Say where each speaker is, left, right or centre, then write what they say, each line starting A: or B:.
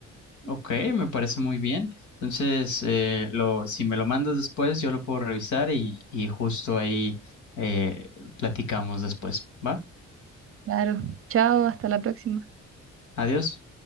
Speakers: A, on the left (about 75°); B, on the right (about 45°).
A: Ok, me parece muy bien. Entonces, eh, lo, si me lo mandas después, yo lo puedo revisar y, y justo ahí eh, platicamos después, ¿va?
B: Claro. Chao, hasta la próxima.
A: Adiós.